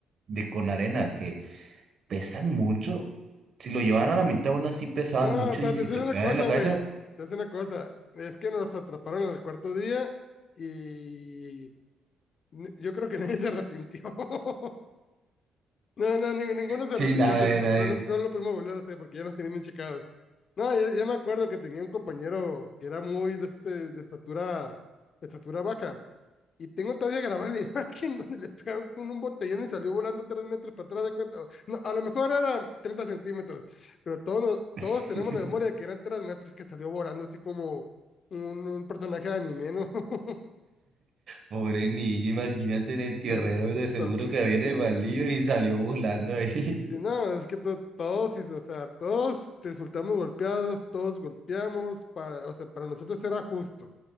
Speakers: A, on the right; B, on the left.
A: de con arena, que pesan mucho. Si lo llevaban a la mitad, aún así pesaban
B: No,
A: mucho
B: espérate,
A: y si
B: te
A: te
B: voy a decir
A: pegan
B: una cosa,
A: en la cabeza,
B: güey. Te voy a decir una cosa. Es que nos atraparon en el cuarto día y n- yo creo que <laughs> nadie se arrepintió. <laughs> No, no, ni- ninguno se
A: sí,
B: arrepintió
A: nada,
B: de
A: de
B: hacer eso,
A: nada.
B: pero
A: de-
B: no, no lo pudimos volver a hacer porque ya nos tenían bien checados. No, yo, yo me acuerdo que tenía un compañero que era muy de, este, de estatura, de estatura baja. Y tengo todavía grabada la <laughs> imagen donde le pegaron con un botellón y salió volando tres metros para atrás de cuenta. No, a lo mejor eran 30 centímetros, pero todos, todos
A: <laughs>
B: tenemos la memoria de que eran tres metros que salió volando así como un, un personaje de anime, ¿no? <laughs>
A: Pobre niño, imagínate en el tierrero,
B: Pues,
A: de seguro
B: to-
A: que había en el baldío y salió volando ahí.
B: sí,
A: <laughs>
B: no, es que to- todos, sí, o sea, todos resultamos golpeados, todos golpeamos, para, o sea, para nosotros era justo,